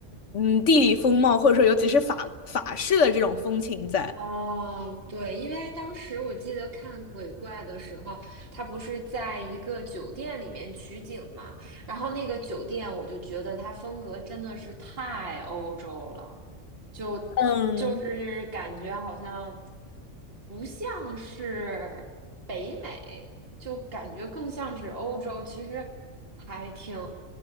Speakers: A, on the left; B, on the right.
A: 嗯，地理风貌，或者说尤其是法法式的这种风情在。
B: 哦，对，因为当时我记得看鬼怪的时候，他不是在一个酒店里面取景嘛，然后那个酒店我就觉得它风格真的是太欧洲了，就
A: 嗯，
B: 就是感觉好像不像是北美，就感觉更像是欧洲，其实还挺